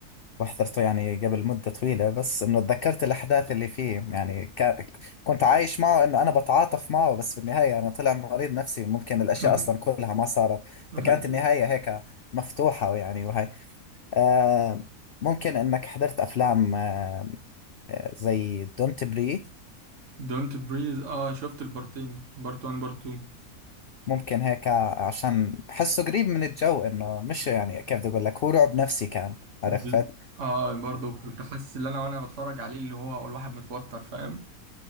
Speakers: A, on the left; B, on the right.
A: وحضرته يعني قبل مدة طويلة بس إنه تذكرت الأحداث اللي فيه يعني كا- كنت عايش معه إنه أنا بتعاطف معه بس في النهاية أنا طلع مريض نفسي ممكن
B: <laughs>
A: الأشياء أصلا كلها ما صارت
B: <laughs>
A: فكانت النهاية هيك مفتوحة يعني وهي آه ممكن إنك حضرت أفلام آه آه، زي دونت بريث
B: دونت بريز اه شفت البارتين بارت 1 بارت 2
A: ممكن هيك عشان بحسه قريب من الجو إنه مش يعني كيف بدي أقول لك هو رعب نفسي كان
B: بل...
A: عرفت
B: اه برضه كنت حاسس ان انا وانا بتفرج عليه اللي هو الواحد متوتر فاهم